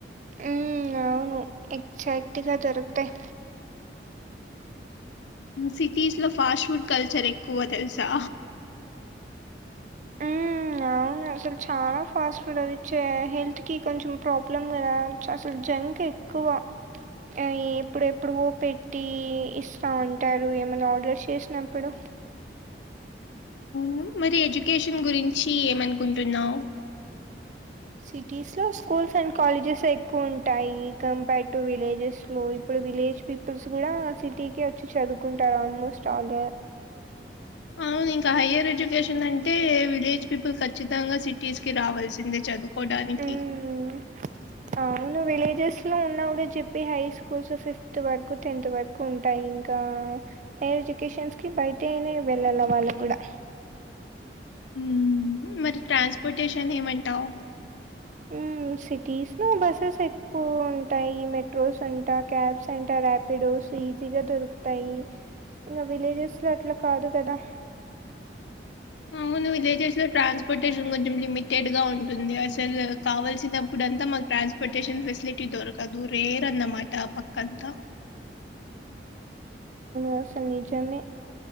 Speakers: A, on the right (about 45°); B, on the left (about 85°).
A: ఉమ్ అవును ఎక్సక్టుగా దొరుకుతాయి
B: సిటీస్ లో ఫాస్ట్ ఫుడ్ కల్చర్ ఎక్కువ తెలుసా
A: హ్మ్. అవును అసలు చాలా ఫాస్ట్ ఫుడ్ అది ఇచ్చే హెల్త్ కి కొంచెం ప్రాబ్లమ్ కదా అసలు జంక్ ఎక్ క్కువ ఆ ఎప్పుడు ఎప్పుడువో పెట్టి ఇస్తా ఉంటారు ఏమైనా ఆర్డర్ చేసినప్పుడు
B: ఉం మరి ఎడ్యుకేషన్ గురించి ఏమనుకుంటున్నావు
A: సిటీస్ లో స్కూల్స్ అండ్ కాలేజెస్ ఎక్కువ ఉంటాయి కంపేర్ టు విలేజెస్ లో ఇప్ ప్పుడు విలేజ్ పీపుల్స్ కూడా సిటీకే వచ్చి చదువుకుంటారు ఆల్మోస్ట్ ఆల్
B: అవును ఇంకా హైయర్ ఎడ్యుకేషన్ అంటే విలేజ్ పీపుల్ ఖచ్చితంగా సిటీస్ కి రావాల్సిందే చదువు కోడానికి
A: హ్మ్. అవును విలేజెస్ లో ఉన్నా కూడా చెప్పి హై స్కూల్స్ ఫిఫ్త్ వరకు టెన్త్ వరకు ఉంటాయి ఇంకా హైయర్ ఎడ్యుకేషన్స్ కి బయటనే వెళ్ళాల వాళ్ళకి కూడా
B: ఉమ్ మరి ట్రాన్స్పోర్టేషన్ ఏమంటావు
A: ఉమ్ సిటీస్లో బస్సెస్ ఎక్కువ ఉంటయి మెట్రోస్ అంటా క్యాబ్స్ అంటా రా పిడోస్ ఈజీ గా దొరుకుతాయి ఇంగ విలేజెస్ లో అట్లా కాదు కదా
B: అవును విలేజెస్ లో ట్రాన్స్పోర్టేషన్ కొంచెం లిమిటెడ్ గా ఉంటుంది అసలు కావల్సిన ప్పుడంతా మాకు ట్రాన్స్పోర్టేషన్ ఫెసిలిటీ దొరకదు రేర్ అన్నమాట పక్కంతా
A: అది అసలు నిజమె